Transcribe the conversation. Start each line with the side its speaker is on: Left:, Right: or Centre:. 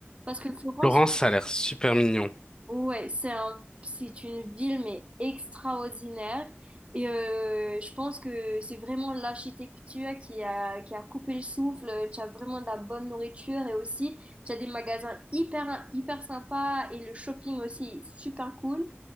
Right: Parce que Florence,
Left: Laurence, ça a l'air super mignon.
Right: Ouais, c'est un, c'est une ville mais extraordinaire et euh, je pense que c'est vraiment l'architecture qui a, qui a coupé le souffle. Tu as vraiment de la bonne nourriture et aussi tu as des magasins hyper hyper sympas et le shopping aussi est super cool.